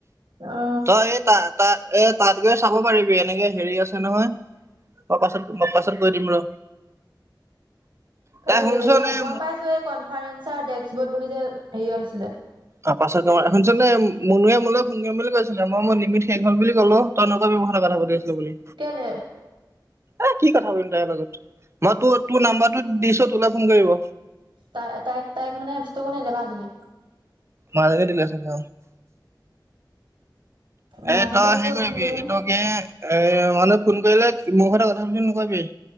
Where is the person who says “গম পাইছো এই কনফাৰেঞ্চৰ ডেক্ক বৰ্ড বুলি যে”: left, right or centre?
Right